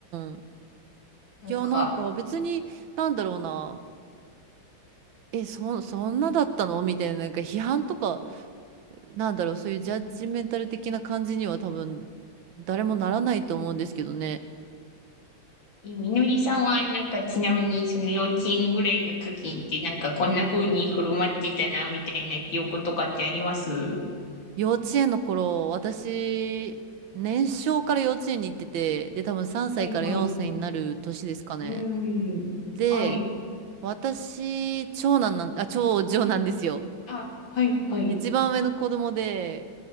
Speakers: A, on the right (about 75°); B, on the left (about 75°).
A: ん。
B: なんか、
A: いや、なんか別に、なんだろうな、え、そ、そんなだったのみたいな、なんか批判とか、なんだろう、そういうジャッジメンタル的な感じには多分、誰もならないと思うんですけどね。
B: え、みのりさんは、なんか、ちなみに、その幼稚園ぐらいの時って、なんか、こんな風に振る舞ってたな、みたいな記憶とかってあります
A: 幼稚園の頃、私、年少から幼稚園に行ってて、で、多分3歳から4歳になる年ですかね。
B: はい、はい。うーん。
A: で、
B: はい。
A: 私、長男なん、あ、長女なんですよ。
B: あ、はい、はい。
A: 一番上の子供で、